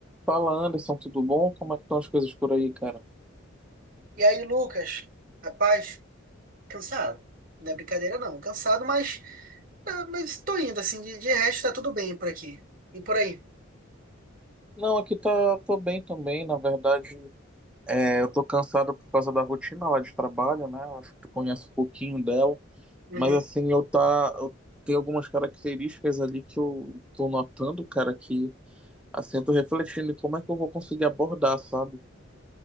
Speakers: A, in the centre; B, on the right (about 45°).
A: Fala Anderson, tudo bom? Como é que estão as coisas por aí, cara?
B: E aí, Lucas, rapaz, cansado. Não é brincadeira, não. Cansado, mas, ah, mas tô indo, assim. De, de resto, tá tudo bem por aqui. E por aí?
A: Não, aqui tá, tô bem também, na verdade, é, eu tô cansado por causa da rotina lá de trabalho, né? Eu Acho que tu conhece um pouquinho dela,
B: Uhum.
A: mas assim, eu tá, eu tenho algumas características ali que eu tô notando, cara, que assim, eu tô refletindo em como é que eu vou conseguir abordar, sabe?